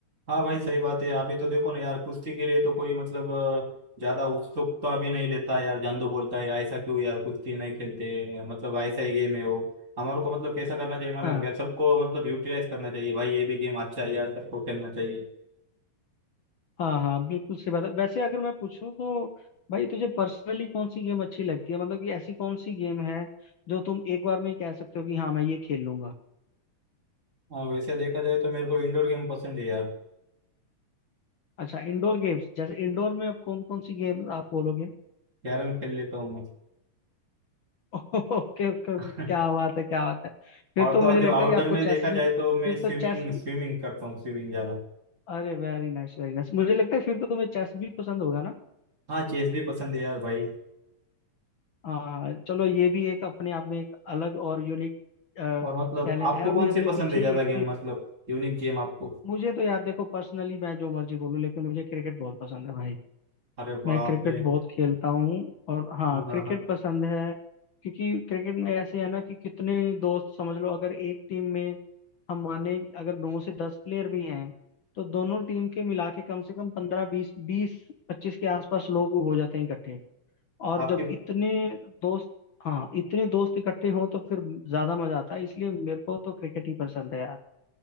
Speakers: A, on the right; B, on the left.
A: हाँ भाई सही बात है अभी तो देखो ना यार कुश्ती के लिए तो कोई मतलब अ, ज्यादा उत्सुक तो अभी नहीं लेता यार जान दो बोलता है ऐसा क्यों यार कुश्ती नहीं खेलते मतलब ऐसा ही गेम है वो हमारे को मतलब कैसा करना चाहिए मालूम
B: हाँ
A: है क्या सबको मतलब यूटिलाइज करना चाहिए भाई ये भी गेम अच्छा है यार सबको खेलना चाहिए
B: हाँ हाँ बिल्कुल सही बात है वैसे अगर मैं पूछूं तो भाई तुझे पर्सनली कौन सी गेम अच्छी लगती है मतलब कि ऐसी कौन सी गेम है जो तुम एक बार में ही कह सकते हो कि हाँ मैं ये खेल लूंगा
A: और वैसे देखा जाए तो मेरे को इंडोर गेम पसंद है यार
B: अच्छा इंडोर गेम्स जैसे इंडोर में अब कौन कौन सी गेम आप बोलोगे
A: कैरम खेल लेता हूँ मैं
B: <laughs> ओके ओके ओके,
A: <laughs>
B: क्या बात है क्या बात है फिर
A: और
B: तो
A: तो
B: मुझे
A: और
B: लगता
A: जो आउटडोर
B: है कि आपको
A: में देखा
B: चेस भी
A: जाए तो मैं
B: फिर
A: स्विमिंग
B: तो चेस भी
A: स्विमिंग करता हूँ स्विमिंग ज्यादा
B: अरे वेरी नाइस वेरी नाइस मुझे लगता है फिर तो तुम्हें चेस भी पसंद होगा ना
A: हाँ चेस भी पसंद है यार भाई
B: हाँ चलो ये भी एक अपने आप में एक अलग और यूनिक
A: और मतलब
B: टैलेंट
A: आपको
B: है अभी
A: कौन
B: हमने
A: से पसंद
B: पीछे
A: है ज्यादा
B: एक
A: गेम
B: प्ले
A: मतलब यूनिक गेम आपको
B: मुझे तो यार देखो पर्सनली मैं जो मर्जी बोलूँ लेकिन मुझे क्रिकेट बहुत पसंद है भाई
A: अरे बाप
B: मैं क्रिकेट
A: रे
B: बहुत खेलता हूँ और हाँ
A: हाँ हाँ
B: क्रिकेट
A: हाँ
B: पसंद है क्योंकि क्रिकेट में ऐसे है ना कि कितने दोस्त समझ लो अगर एक टीम में हम माने अगर नौ से दस प्लेयर भी हैं तो दोनों टीम के मिला के कम से कम पंद्रह बीस बीस पच्चीस के आसपास लोग हो जाते हैं इकट्ठे और
A: आपकी
B: जब इतने दोस्त हाँ इतने दोस्त इकट्ठे हों तो फिर ज्यादा मजा आता है इसलिए मेरे को तो क्रिकेट ही पसंद है यार